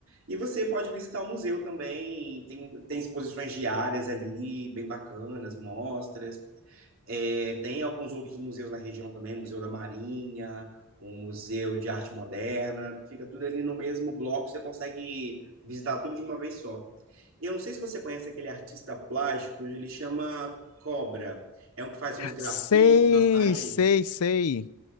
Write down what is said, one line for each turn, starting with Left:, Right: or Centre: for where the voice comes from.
Right: E você pode visitar o museu também, tem, tem exposições diárias ali, bem bacanas, mostras. É, tem alguns outros museus na região também, Museu da Marinha, um Museu de Arte Moderna, fica tudo ali no mesmo bloco, você consegue visitar tudo de uma vez só. Eu não sei se você conhece aquele artista plástico, ele chama Cobra, é um que faz uns grafites
Left: Sei,
Right: nas paredes.
Left: sei, sei.